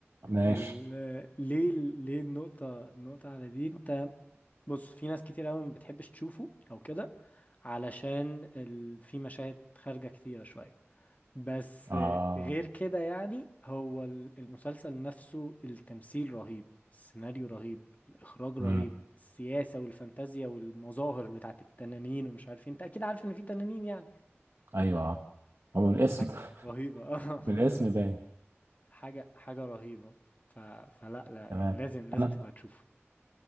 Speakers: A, on the right; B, on the left.
A: ماشي
B: ال... ليه ليه النقطه النقطه على دي انت بص في ناس كتير قوي ما بتحبش تشوفه او كده علشان ال... في مشاهد خارجه كتيره شويه بس
A: اه
B: غير كده يعني هو ال- المسلسل نفسه التمثيل رهيب السيناريو رهيب الاخراج رهيب
A: امم
B: السياسه والفانتازيا والمظاهر بتاعت التنانين ومش عارف إيه. انت اكيد عارف ان في تنانين يعني
A: ايوه آه. هو من الاسم
B: حاجه
A: <laughs>
B: رهيبه <laughs>
A: من الاسم باين
B: حاجة حاجة رهيبة ف... فلا لا
A: تمام
B: يعني لازم لازم
A: انا
B: تبقى تشوفه